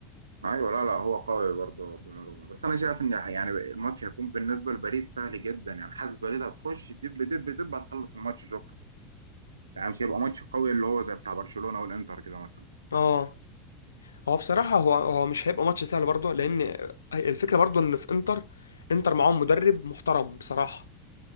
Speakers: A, on the right; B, on the left.
A: ايوه لا لا هو قوي برضه دوناروما بس انا شايف ان يعني الماتش هيكون بالنسبه لباريس سهل جدا يعني حاسس باريس هتخش دب دب دب هتخلص الماتش شكرا يعني مش هيبقى ماتش قوي اللي هو زي بتاع برشلونه والانتر كده مثلا
B: اه هو بصراحة هو هو مش هيبقى ماتش سهل برضه لان الفكرة برضه ان في انتر انتر معاهم مدرب محترم بصراحة